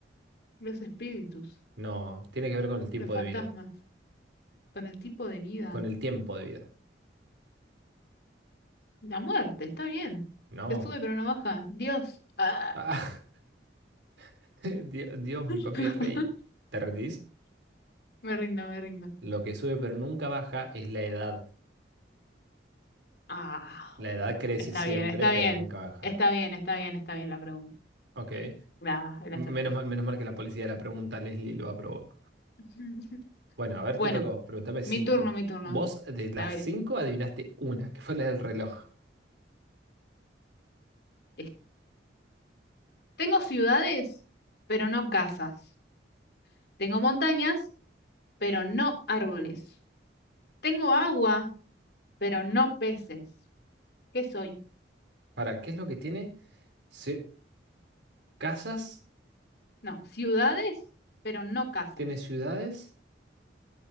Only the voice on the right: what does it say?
No, tiene que ver con el tiempo
de vida.
Con el tiempo de vida.
No.
Ah, <laughs> Dios, Dios,
mi papi es rey. ¿Te rendís?
Lo que sube pero nunca baja es la edad.
La edad crece
siempre,
pero
nunca baja.
Ok.
Menos
mal, menos mal que la policía de la pregunta, Leslie, lo aprobó.
Bueno, a ver,
te toca a vos. Pregúntame cinco.
Vos de las
cinco adivinaste una, que fue la del reloj.
¿Para qué es lo que tiene? Se- Casas,
tiene ciudades,